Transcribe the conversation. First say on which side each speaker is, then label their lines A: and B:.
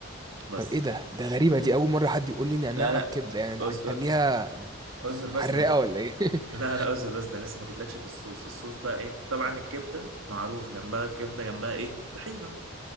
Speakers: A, on the right; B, on the right.
A: بس
B: طب ايه ده ده غريبة دي اول مرة حد يقول لي نعناع
A: لا
B: على
A: لا
B: الكبدة يعني ده
A: أز-
B: هيخليها
A: اعذر بس
B: حراقة
A: ده انت <laughs>
B: ولا ايه
A: لا
B: <laughs>
A: لا اعذر بس ده أنا لسه ما جيتلكش في الصوص الصوص بقى ايه طبعا الكبدة معروف جنبها الكبدة جنبها ايه طحينة